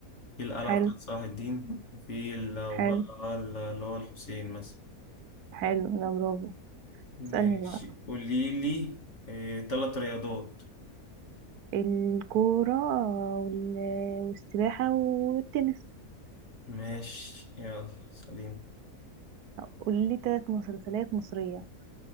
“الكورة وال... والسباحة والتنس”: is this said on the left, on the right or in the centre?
Right